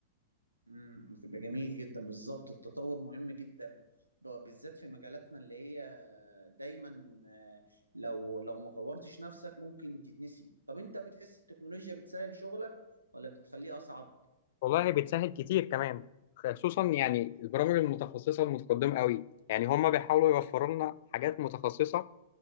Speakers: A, on the right; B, on the left.
A: امم بتبقى جميل جدا بالظبط التطور مهم جدا ب- بالذات في مجالاتنا اللي هي دايما آه، لو لو ما طورتش نفسك ممكن تتنسي طب انت بتحس التكنولوجيا بتسهل شغلك ولا بتخليه اصعب
B: والله بتسهل كتير كمان خصوصا يعني البرامج المتخصصة المتقدمة قوي يعني هما بيحاولوا يوفروا لنا حاجات متخصصة